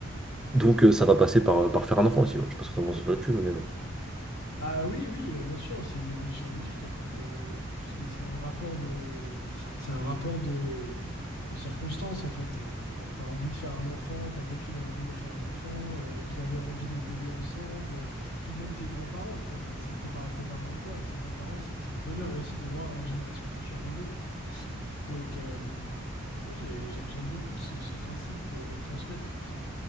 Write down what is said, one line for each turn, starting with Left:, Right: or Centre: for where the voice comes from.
Centre: donc euh, ça va passer par, euh, par faire un enfant aussi, ouais. Je sais pas ce que t'en penses là-dessus, mais... euh,
Left: Ah oui, oui, euh, bien sûr, c'est une évolution logique en fait. Euh, c'est c'est un rapport de, c'est un rapport de, de circonstances en fait. Euh, t'as, t'as envie de faire un enfant, ta copine a envie de faire un enfant, euh, vous avez envie d'évoluer ensemble. euh, puis de même tes grands-parents, tu vois. Enfin, c'est tes, par- tes parents à toi, ses grands-parents, c'est, c'est un bonheur aussi de voir la génération future arriver, tu vois. Donc euh, moi j'ai- j'ai- j'aime beaucoup ce, ce principe de, de transmettre, tu sais.